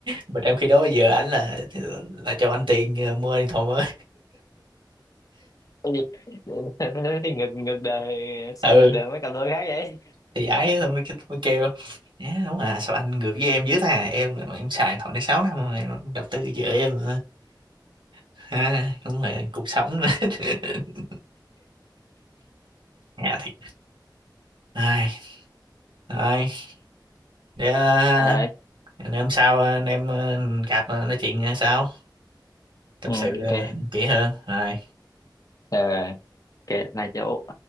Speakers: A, on the right; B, on the left.
A: mà trong khi đó vợ anh là là cho anh tiền ờ, mua điện thoại mới
B: <laughs> Cái gì? Nó thì ngược ngược đời sao
A: ừ
B: ngược đời mấy cặp đôi khác vậy
A: thì ấy thôi mới, mới kêu Nhá, đúng à sao anh ngược với em dữ ta em em xài điện thoại này 6 năm rồi, em đầu tư vợ em ha đúng là cuộc sống <laughs> nhà thiệt ai rồi để ờ,
B: à,
A: để hôm sau ờ, anh em ờ, gặp ờ, nói chuyện ờ, sau tâm
B: ừ,
A: sự
B: ok
A: ờ, kỹ hơn rồi
B: Ờ, ok là chỗ